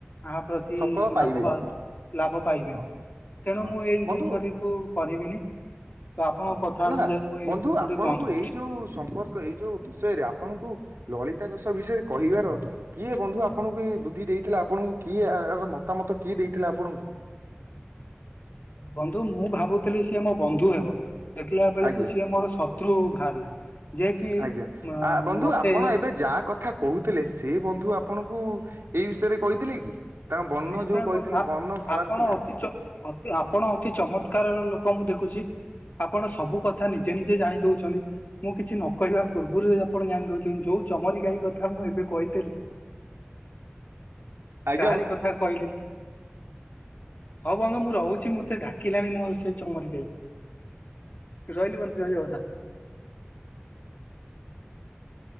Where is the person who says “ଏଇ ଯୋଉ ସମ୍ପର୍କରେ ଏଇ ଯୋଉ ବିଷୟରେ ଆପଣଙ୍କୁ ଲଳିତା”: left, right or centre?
Right